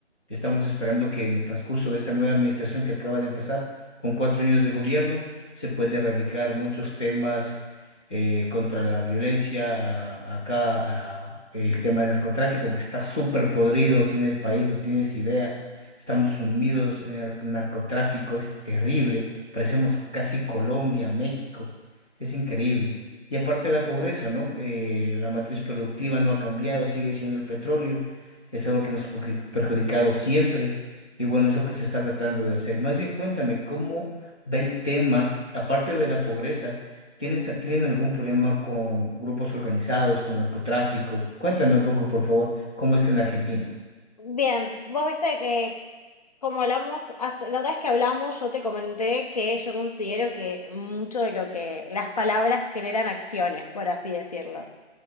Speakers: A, in the centre; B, on the left.
A: Estamos esperando que en el transcurso de esta nueva administración que acaba de empezar, con cuatro años de gobierno, se puede erradicar muchos temas eh, contra la violencia, a- acá a- el tema del narcotráfico, que está súper podrido aquí en el país, no tienes idea. Estamos sumidos en el narcotráfico, es terrible, parecemos casi Colombia, México, es increíble. Y aparte la pobreza, ¿no? Eh, la matriz productiva no ha cambiado, sigue siendo el petróleo es algo que nos ha perju- perjudicado siempre y bueno, es lo que se está tratando de hacer. Más bien cuéntame, ¿cómo va el tema, aparte de la pobreza? ¿Tienen, sa- tienen algún problema con grupos organizados, con narcotráfico? Cuéntame un poco, por favor, ¿cómo es en Argentina?
B: Bien, vos viste que como hablamos, hace- la otra vez que hablamos, yo te comenté que yo considero que mucho de lo que las palabras generan acciones, por así decirlo.